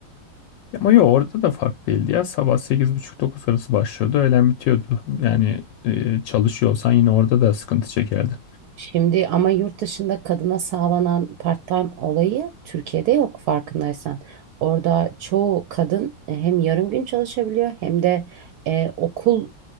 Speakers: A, on the left; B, on the right.
A: Ama yok orada da fark değildi ya. Sabah sekiz buçuk dokuz arası başlıyordu. Öğlen bitiyordu. Yani e, çalışıyorsan yine orada da sıkıntı çekerdin.
B: Şimdi ama yurt dışında kadına sağlanan part-time olayı Türkiye'de yok farkındaysan. Orada çoğu kadın e, hem yarım gün çalışabiliyor hem de e, okul